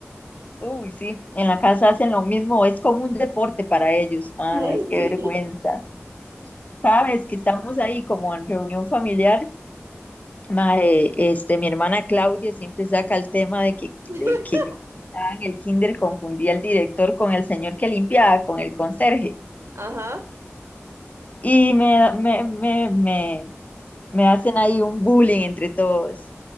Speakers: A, on the left (about 35°); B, on the right (about 65°).
A: Uy, sí, en la casa hacen lo mismo, es como un deporte para ellos. Ay,
B: Mae,
A: qué
B: sí.
A: vergüenza. Sabes que estamos ahí como en reunión familiar, mae, este, mi hermana Claudia siempre saca el tema de que, de
B: <laughs>
A: que yo estaba en el kinder confundía al director con el señor que limpiaba, con el conserje.
B: Ajá,
A: Y me, me, me, me, me hacen ahí un bullying entre todos.